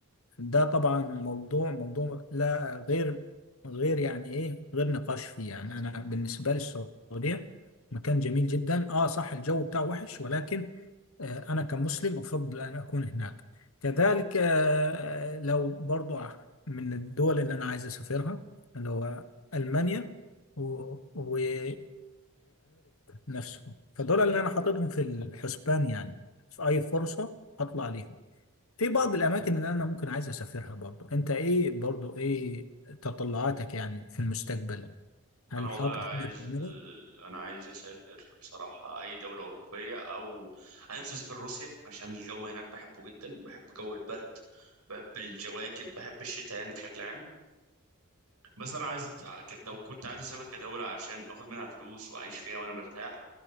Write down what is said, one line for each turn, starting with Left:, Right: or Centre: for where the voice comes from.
Left: ده طبعا موضوع موضوع لا غير غير يعني ايه غير نقاش فيه يعني انا بالنسبه لي السعوديه مكان جميل جدا اه صح الجو بتاعه وحش ولكن آه، أنا كمسلم أفضل أن أكون هناك كذلك آه، آه، لو برضو من الدول اللي أنا عايز أسافرها اللي هو ألمانيا وأمريكا نفسهم فدول اللي أنا حاططهم في الحسبان يعني في أي فرصة هطلع ليهم في بعض الأماكن اللي أنا ممكن عايز أسافرها برضو أنت إيه برضو إيه تطلعاتك يعني في المستقبل هل
Right: انا والله
Left: حاطط
Right: عايز
Left: حاجة في دماغك؟
Right: انا عايز اسافر بصراحة اي دولة اوروبية او انا نفسي اسافر روسيا عشان الجو هناك بحبه جدا بحب جو البرد بحب الجواكت بحب الشتاء يعني بشكل عام بس انا عايز لو كنت عايز اسافر كدولة عشان اخد منها فلوس واعيش فيها وانا مرتاح